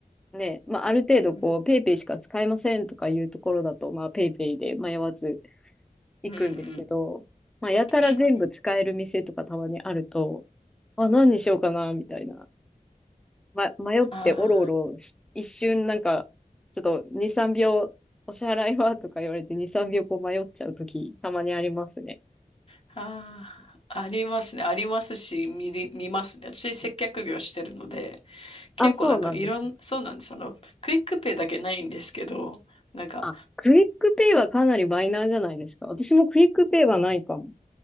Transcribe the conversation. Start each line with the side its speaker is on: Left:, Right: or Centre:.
Centre: ね、まあある程度こう、
Left: うん、
Centre: ペイペイしか使えませんとかいうところだと、まあペイペイで迷わず
Left: <laughs>
Centre: 行くんですけど、
Left: うん、うんうん
Centre: まあやたら全部使える店とかたまにあると、
Left: 確かに。
Centre: あ、何にしようかな、みたいな。ま、迷っておろおろし、
Left: ああ。
Centre: 一瞬なんか、ちょっと2、3秒、お支払いはとか言われて2、3秒こう迷っちゃうとき、たまにありますね。
Left: ああ、ありますね。ありますし、見り、見ますね。私、接客業してるので、結構なんかいろん、
Centre: あ、そうなんです。
Left: そうなんです。あの、クイックペイだけないんですけど、なんか、
Centre: あ、クイックペイはかなりマイナーじゃないですか。私もクイックペイはないかも。